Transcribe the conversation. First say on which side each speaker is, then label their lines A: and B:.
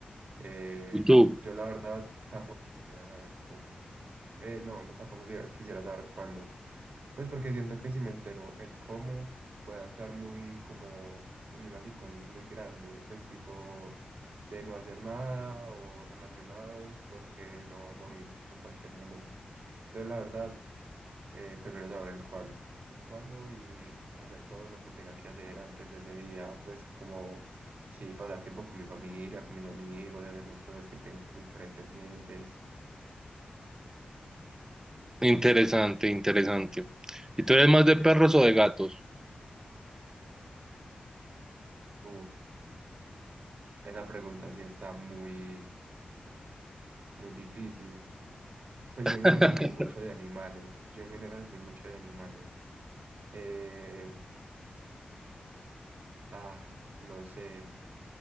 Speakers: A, on the right (about 70°); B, on the right (about 15°).
A: Eh,
B: ¿Y tú?
A: yo la verdad tampoco quisiera saber cómo. Eh, no, no tampoco quisiera, quisiera saber cuándo. Pues porque siento que si me entero el cómo, voy a estar muy como con una psicosis muy grande, pues tipo de no hacer nada o relacionados porque me voy a morir en cualquier momento. Entonces la verdad eh, prefiero saber el cuándo. El cuándo y hacer todo lo que tenga que hacer antes de ese día, pues como sí, pasar tiempo con mi familia, con mis amigos, hacer las cosas que tengo como por ahí pendientes.
B: Interesante, interesante. ¿Y tú eres más de perros o de gatos?
A: Uf, esa pregunta sí está muy, muy difícil. Pues
B: <laughs>
A: yo en general soy mucho de animales. Yo en general soy mucho de animales. Eh, ah, no sé.